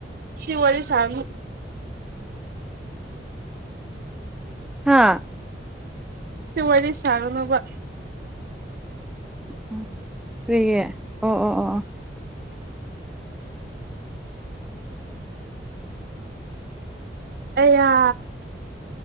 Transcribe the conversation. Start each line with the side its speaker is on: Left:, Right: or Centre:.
Right: ꯁꯤꯋꯥꯂꯤ ꯁꯅ
Centre: ꯍꯥꯥ
Right: ꯁꯤ ꯋꯥꯔꯤꯔꯤ ꯁꯥꯉꯅꯕ
Centre: ꯎ ꯐꯔꯤꯌꯦ ꯑꯣ ꯑꯣ ꯑꯣ
Right: ꯑꯌꯥ